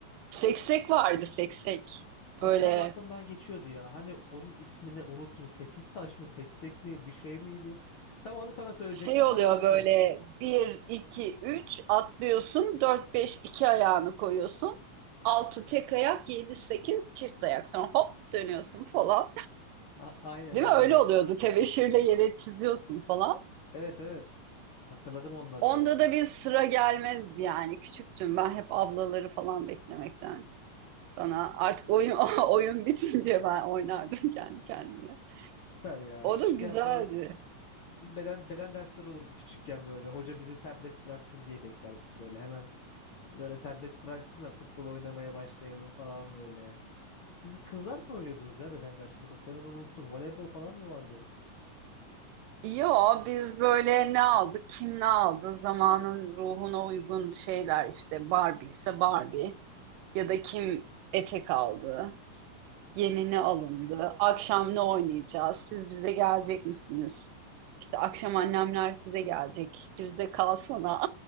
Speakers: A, on the right (about 85°); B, on the left (about 60°).
A: Seksek vardı seksek.
B: Bak
A: Böyle
B: tam aklımdan geçiyordu ya. Hani onun ismini unuttum. Sekiz taş mı seksek mi bir şey miydi? Tam onu sana söyleyecektim.
A: şey oluyor
B: Tam sen söyledin.
A: böyle bir, iki, üç atlıyorsun. Dört, beş, iki ayağını koyuyorsun. Altı tek ayak, yedi, sekiz çift ayak. Sonra hop dönüyorsun falan.
B: A- aynen
A: Değil
B: aynen.
A: mi? Öyle oluyordu. Tebeşirle yere çiziyorsun falan.
B: Evet evet. Hatırladım onları
A: Onda
B: da ya.
A: da bir sıra gelmez yani. Küçüktüm ben hep ablaları falan beklemekten. Bana artık oyun <laughs> oyun bitince ben oynardım kendi kendime.
B: Süper ya.
A: O
B: Küçükken
A: da güzeldi.
B: falan biz beden beden dersleri olurdu küçükken böyle. Hoca bizi serbest bıraksın diye beklerdik böyle. Hemen böyle serbest bıraksın da futbol oynamaya başlayalım falan böyle. Siz kızlar mı oynuyordunuz ya beden dersinde? Bak ben onu unuttum. Voleybol falan mı vardı?
A: Yo biz böyle ne aldık kim ne aldı zamanın ruhuna uygun şeyler işte Barbie ise Barbie ya da kim etek aldı yeni ne alındı akşam ne oynayacağız siz bize gelecek misiniz? İşte akşam annemler size gelecek bizde kalsana